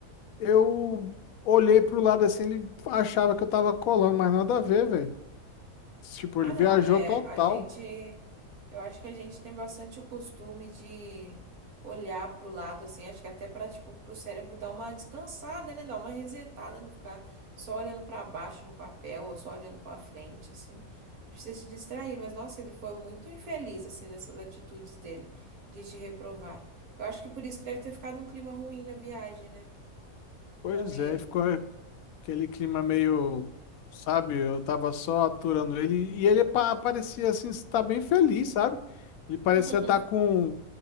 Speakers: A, on the left; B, on the right.
A: eu olhei pro lado assim, ele achava que eu tava colando, mas nada a ver, velho. Tipo,
B: Ah,
A: ele viajou
B: não, né?
A: total.
B: A gente, eu acho que a gente tem bastante o costume de olhar pro lado assim, acho que até para tipo pro cérebro dar uma descansada, né? Dar uma resetada, não ficar só olhando para baixo no papel ou só olhando para frente assim. Não precisa se distrair, mas nossa, ele foi muito infeliz assim nessas atitudes dele de te reprovar. Eu acho que por isso que deve ter ficado um clima ruim na viagem, né?
A: Pois
B: Com ele.
A: é, ficou aquele clima meio, sabe, eu tava só aturando ele e ele pa- parecia assim estar bem feliz, sabe? Ele parecia
B: <laughs>
A: estar com